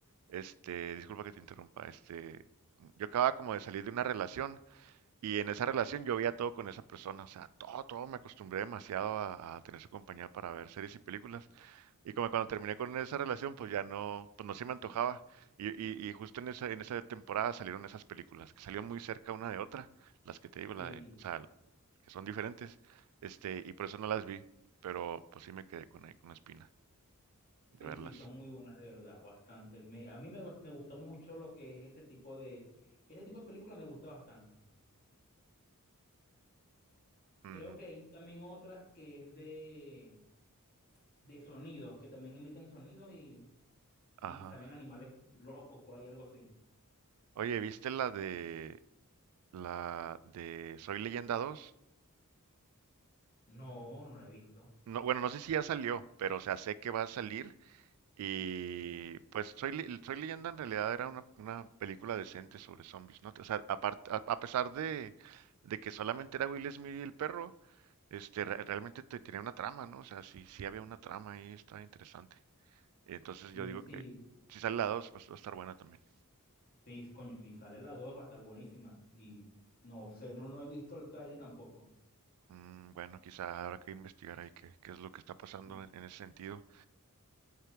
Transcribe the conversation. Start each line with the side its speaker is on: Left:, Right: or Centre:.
Right: este, disculpa que te interrumpa, este, yo acababa como de salir de una relación y en esa relación yo veía todo con esa persona, o sea, todo, todo, me acostumbré demasiado a, a tener su compañía para ver series y películas y como cuando terminé con esa relación, pues ya no, pues no se me antojaba y, y, y justo en esa, en esa temporada salieron esas películas, que salieron muy cerca una de otra, las que te digo,
Left: sí,
Right: la de, o sea, que son diferentes, este, y por eso no las vi, pero pues sí me quedé con, ahí con la espina de
Left: sí,
Right: verlas.
Left: sí, son muy buenas de verdad, bastante. Me- a mí me, gu- me gustó mucho lo que es ese tipo de, ese tipo de película me gusta bastante.
Right: Ujú,
Left: Creo que hay también otras que es de de sonidos, que también emiten sonidos y,
Right: Ajá.
Left: y salen animales locos por ahí, algo así.
Right: Oye, ¿viste la de la de Soy Leyenda dos
Left: No, no la he visto.
Right: No, bueno, no sé si ya salió, pero o sea, sé que va a salir y pues Soy, Le- Soy Leyenda en realidad era una, una película decente sobre zombies, ¿no? O sea, apart- a, a pesar de, de que solamente era Will Smith y el perro, este re- realmente te- tenía una trama, ¿no? O sea, sí, sí había una trama ahí, estaba interesante. Entonces
Left: No,
Right: yo digo
Left: sí,
Right: que si sale la 2 pues va a estar buena también.
Left: sí, coño, si sale la 2 va a estar buenísima. Y no sé, no, no he visto el tráiler tampoco.
Right: Mm, bueno, quizá habrá que investigar ahí qué, qué es lo que está pasando
Left: Sí,
Right: en, en ese sentido.